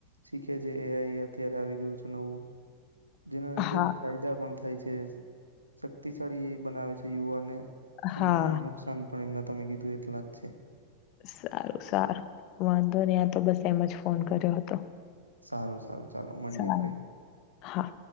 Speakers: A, on the right; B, on the left.
A: શીખે છે. એઆઈ અત્યારે આવી ગયું છે નવું
B: <unintelligible>
A: જેના લીધે
B: હા
A: ફાયદા પણ થાય છે, શક્તિશાળી બનાવે છે યુવાને
B: હા
A: અને નુકસાન પણ એમના તમે કીધું એટલા જ છે.
B: સારું, સારું, વાંધો નહીં. આ તો બસ એમ જ ફોન કર્યો હતો.
A: સારું, સારું. ચાલો, મળીએ
B: સારું
A: આપડે.
B: હા.